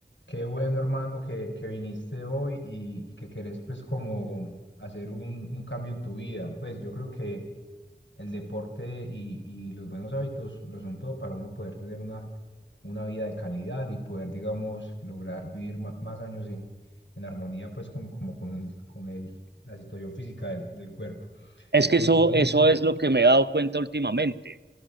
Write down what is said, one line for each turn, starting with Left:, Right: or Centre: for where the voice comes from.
Left: Qué bueno, hermano, que, que viniste hoy y, y que querés pues como hacer un, un cambio en tu vida. Pues yo creo que el deporte y, y los buenos hábitos lo son todo para uno poder tener una, una vida de calidad y poder, digamos, lograr vivir ma- más años en, en armonía pues como, como con el, con el, la situación física del, del cuerpo.
Right: Es que
Left: Contame.
Right: eso, eso es lo que me he dado cuenta últimamente,